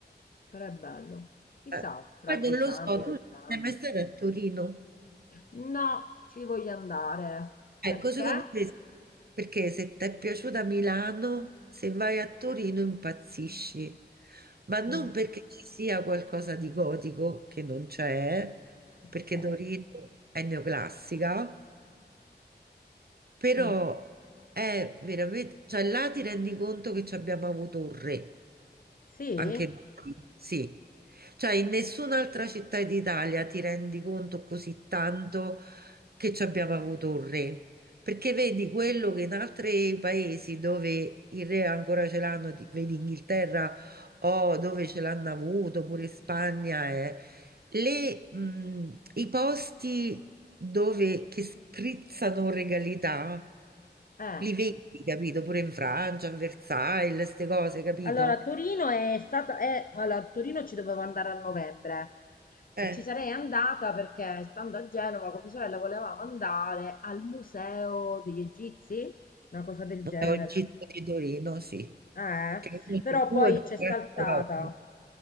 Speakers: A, on the left; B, on the right.
A: però è bello. Chissà,
B: Eh,
A: fra
B: Poi
A: dieci
B: non lo
A: anni,
B: so,
A: vent'anni.
B: tu sei mai stata a Torino?
A: No, ci voglio andare.
B: Ecco,
A: Perché?
B: secondo te, perché se ti è piaciuta Milano, se vai a Torino impazzisci, ma non
A: Mm,
B: perché ci sia qualcosa di gotico, che non c'è,
A: ok.
B: perché Torino è neoclassica, però
A: Mm.
B: è veramente, cioè là ti rendi conto che ci abbiamo avuto un re.
A: Sì?
B: Anche noi, sì. Cioè, in nessun'altra città d'Italia ti rendi conto così tanto che ci abbiamo avuto un re. Perché vedi quello che in altri paesi dove il re ancora ce l'hanno, ti- vedi Inghilterra o dove ce l'hanno avuto, pure Spagna, eh, le, mh, i posti dove che sprizzano regalità.
A: Eh,
B: Li vedi, capito? Pure in Francia, a Versailles, queste cose, capito?
A: allora Torino è stata, eh, allora, a Torino ci dovevo andare a novembre
B: Eh.
A: e ci sarei andata perché stando a Genova con mia sorella volevamo andare al Museo degli Egizi, una cosa del genere.
B: È un gizzo di Torino, sì.
A: Eh,
B: Che è uno
A: però
B: dei due
A: poi c'è saltata.
B: mercati d'Europa.